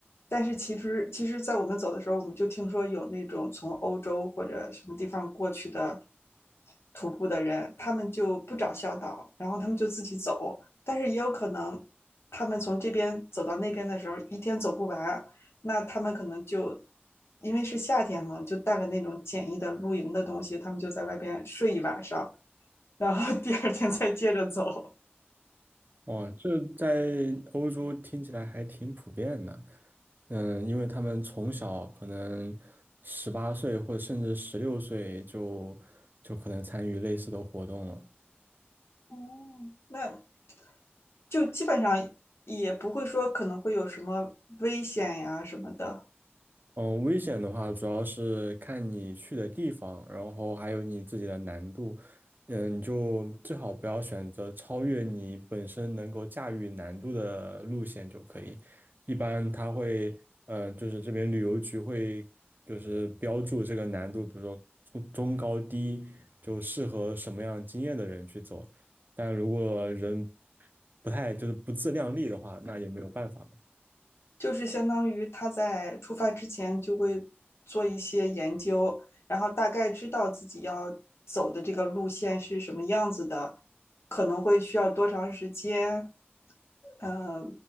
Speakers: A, on the left; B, on the right.
A: 但是其实其实，在我们走的时候，我们就听说有那种从欧洲或者什么地方过去的徒步的人，他们就不找向导，然后他们就自己走。但是也有可能，他们从这边走到那边的时候，一天走不完，那他们可能就因为是夏天嘛，就带了那种简易的露营的东西，他们就在外边睡一晚上，然后 <laughs> 第二天再接着走。
B: 哦，这在欧洲听起来还挺普遍的，嗯，因为他们从小可能十八岁或者甚至十六岁就就可能参与类似的活动了。
A: 哦，那就基本上也不会说可能会有什么危险呀什么的。
B: 嗯，危险的话主要是看你去的地方，然后还有你自己的难度。嗯，你就最好不要选择超越你本身能够驾驭难度的路线就可以。一般它会，呃，就是这边旅游局会就是标注这个难度，比如说中中高低，就适合什么样经验的人去走。但如果人不太就是不自量力的话，那也没有办法嘛。
A: 就是相当于他在出发之前就会做一些研究，然后大概知道自己要走的这个路线是什么样子的，可能会需要多长时间，呃，